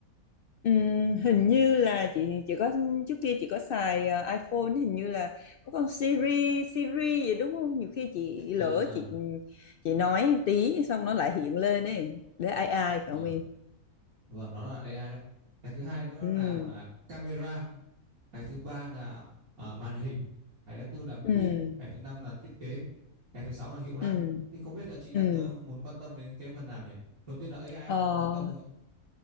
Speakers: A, on the left; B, on the right.
A: ừm, hình như là chị chị có trước kia chị có xài ờ, iPhone hình như là có con Siri Siri gì đúng không? Nhiều khi chị lỡ
B: À
A: chị ừ, chị nói tí xong nó lại hiện lên ấy để ai ai phải
B: à.
A: không em?
B: vâng đó là AI đấy cái thứ hai nữa
A: Ừm,
B: là gọi là camera cái thứ ba là à, màn hình cái thứ tư là
A: ừm,
B: pin cái thứ năm là thiết kế cái thứ sáu là hiệu năng
A: ừm,
B: thì không biết là chị đang
A: ừm.
B: ờ, muốn quan tâm đến cái phần nào nhỉ đầu tiên là AI
A: Ờ,
B: chị có quan tâm không ạ